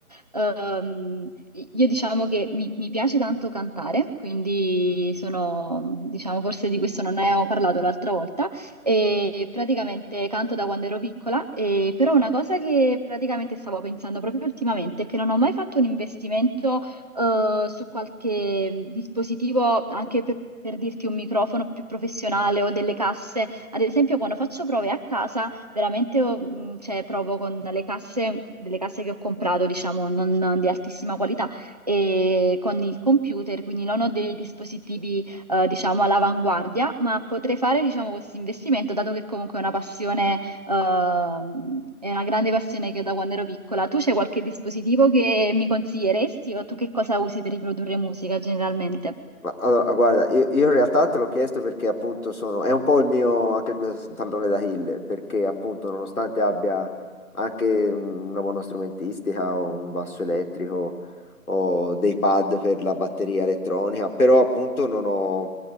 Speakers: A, on the right (about 25°); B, on the left (about 70°).
A: ehm, io diciamo che mi, mi piace tanto cantare, quindi sono, diciamo, forse di questo non ne ho parlato l'altra volta, e praticamente canto da quando ero piccola, e, però una cosa che praticamente stavo pensando proprio ultimamente è che non ho mai fatto un investimento eh, su qualche dispositivo, anche per... Per dirti un microfono più professionale o delle casse ad esempio, quando faccio prove a casa, veramente oh, mh, cioè, provo con le casse, delle casse che ho comprato, diciamo, non non di altissima qualità, e con il computer, quindi non ho dei dispositivi, eh, diciamo, all'avanguardia, ma potrei fare, diciamo, questo investimento, dato che comunque è una passione, ehm, è una grande passione che ho da quando ero piccola. Tu c'è qualche dispositivo che mi consiglieresti o tu che cosa usi per riprodurre musica generalmente?
B: Ma allora, guarda, io, io in realtà te l'ho chiesto perché appunto sono, è un po' il mio, anche il mio tallone d'Achille, perché appunto nonostante abbia anche una buona strumentistica, ho un basso elettrico, ho dei pad per la batteria elettronica, però appunto non ho,